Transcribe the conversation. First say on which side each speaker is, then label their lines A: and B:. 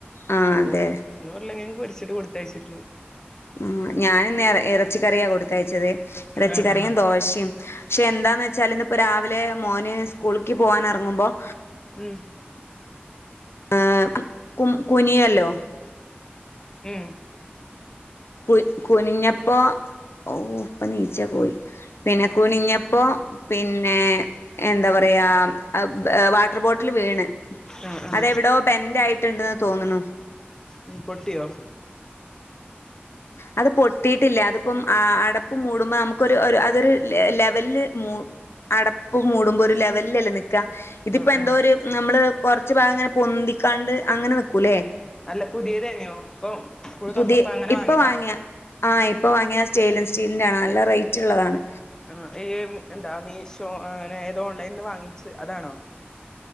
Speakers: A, on the left; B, on the left.
A: ആഹ്
B: അപ്പം
A: അതെ
B: ഇന്ന് ഉരുളംകിഴങ്ങ് പൊരിച്ചിട്ട് കൊടുത്തയച്ചിരുന്നു
A: ഉം ഞാനിന്ന് എർ എറച്ചിക്കറിയാ കൊടുത്തയച്ചത് എറച്ചിക്കറിയും
B: ആഹ് ആഹ്
A: ദോശിം ക്ഷെ എന്താന്ന് വെച്ചാല് ഇന്നിപ്പ രാവിലെ മോന് സ്കൂളീക്ക് പോകാൻ എറങ്ങുമ്പം
B: ഉം
A: ആഹ് കും കുനിയല്ലോ.
B: ഉം.
A: കുൻ കുനിഞ്ഞപ്പോ ഔഹ് പ്പൊ നീച്ചാ കോയി. പിന്നെ കുനിഞ്ഞപ്പോ പിന്നെ എന്താ പറയാ വാട്ടർ ബോട്ടില് വീണ്
B: ആഹ് ആഹ്
A: അതെവിടോ ബെന്റ് ആയിട്ടുണ്ടെന്ന് തോന്നുണു
B: ഉം പൊട്ടിയോ
A: അത് പൊട്ടിയിട്ടില്ല. അതിപ്പം ആ അടപ്പ് മൂടുമ്പോ നമ്മക്കൊരു ഒരു അതൊരു ലെ ലെവൽല് മൂ അടപ്പ് മൂടുമ്പം ഒരു ലെവലിലല്ലേ നിക്ക്‌ ക്ക ഇതിപ്പം
B: ആഹ്
A: എന്തോരു
B: ആഹ്
A: നമ്മള് കൊറച്ചു ഭാഗം ഇങ്ങനെ പൊന്തിക്കാണ്ട് അങ്ങനെ നിക്കൂല്ലേ
B: അല്ല പുതിയതേനിയോ ഇപ്പൊ സ്കൂള്
A: പുതിയ
B: തുറന്നപ്പോ അങ്ങനെ
A: ഇപ്പൊ
B: വാങ്ങിയതാ
A: വാങ്ങിയ ആഹ് ഇപ്പൊ വാങ്ങിയ സ്റ്റെൻലെസ് സ്റ്റീലിന്റെ ആണ് നല്ല റേറ്റ് ഉള്ളതാണ്
B: ആഹ് ഈഹ് എന്താ മീഷോ അങ്ങനെ ഏതോ ഓൺലൈനീന്ന് വാങ്ങിച്ച് അതാണോ